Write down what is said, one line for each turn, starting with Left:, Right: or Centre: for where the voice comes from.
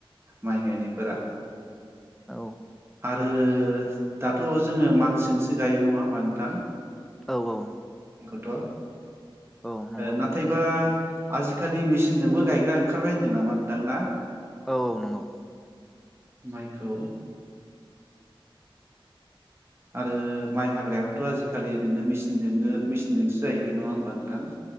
Right: माइ गायनायफोरा
Centre: औ
Right: आरो दाथ' जोङो मानसिजोंसो गायो नङा होमब नोंथां?
Centre: औ औ
Right: थ' ओ
Centre: औ नंगौ
Right: नाथायबा आजिखालि मेचिनजोंबो गायग्रा ओंखारबाय होनदों नामा नोंथां ना।
Centre: औ औ नंगौ
Right: माइखौ आरो माइ हाग्रायावथ' आजिखालि नोङो मसिनजों मेचनजोंसो जाहैबाय नङा होमबा नोंथां।